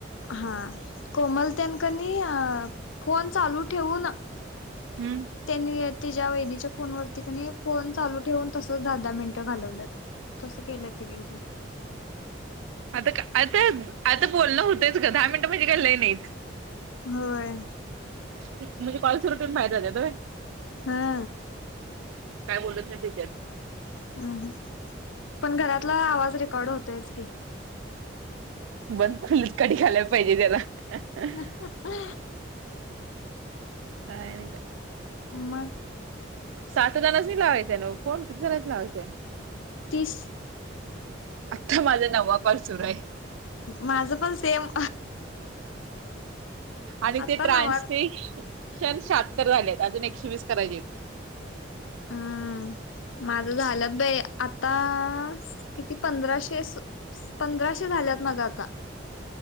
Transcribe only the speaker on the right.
हम्म
आता, आता, आता बोलणं होतेच ग. दहा मिनटं म्हणजे काय लई नाहीच.
म्हणजे कॉलेज सुरू ठेवून बाहेर जातात होय.
काय बोलत नाही ते त्यात.
बंद खोलीत घालायला पाहिजे त्याला. काय
काय का
साठ जणांनी लावायचं आहे नवं फोन किती जणांनी लावायचं?
आता माझा नववा कॉल सुरू आहे.
आणि
ते ट्रानसफ
्षण शहात्तर झालेत अजून एकशे वीस करायचे आहेत.